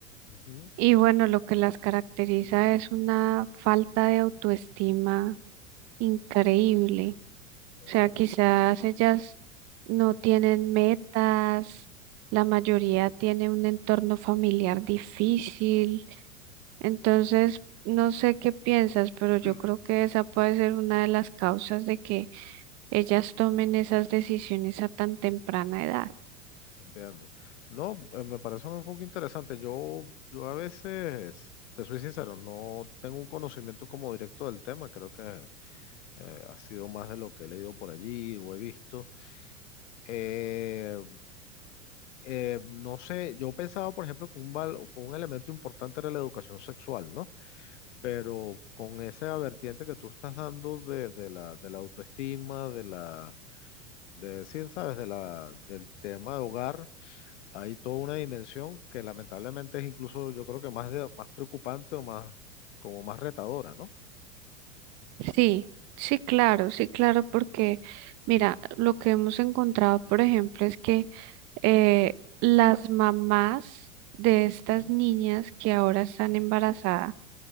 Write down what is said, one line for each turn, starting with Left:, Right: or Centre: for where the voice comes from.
Left: Ujú.
Right: y bueno, lo que las caracteriza es una falta de autoestima increíble.
Left: Ya,
Right: O sea, quizás ellas no tienen metas, la mayoría tiene un entorno familiar difícil, entonces no sé qué piensas, pero yo
Left: ya.
Right: creo que esa puede ser una de las causas de que ellas tomen esas decisiones a tan temprana edad.
Left: Entiendo. No, eh, me parece un enfoque interesante. Yo, yo a veces, te soy sincero, no tengo un conocimiento como directo del tema. Creo que eh, ha sido más de lo que he leído por allí o he visto. Eh, eh, no sé, yo pensaba, por ejemplo, que un, val- que un elemento importante era la educación sexual, ¿no? Pero con esa vertiente que tú estás dando de, de la, de la autoestima, de la, de, sí, sabes, de la, del tema de hogar Hay toda una dimensión que lamentablemente es incluso, yo creo que más, de- más preocupante o más, como más retadora, ¿no?
Right: Sí, sí, claro, sí, claro, porque mira, lo que hemos encontrado, por ejemplo, es que eh, las mamás de estas
Left: Mm,
Right: niñas que ahora están embarazadas,